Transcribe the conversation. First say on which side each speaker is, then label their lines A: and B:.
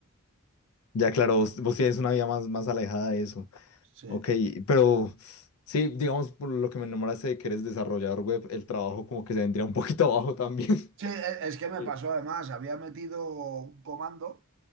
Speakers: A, on the left; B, on the right.
A: ya claro, vos, vos tienes una vida más, más alejada de eso.
B: sí.
A: Ok, pero sí, digamos, por lo que me enamoraste de que eres desarrollador web, el trabajo como que se vendría un poquito abajo también.
B: Sí,
A: <laughs>
B: e- es que me
A: Sí.
B: pasó además, había metido un comando,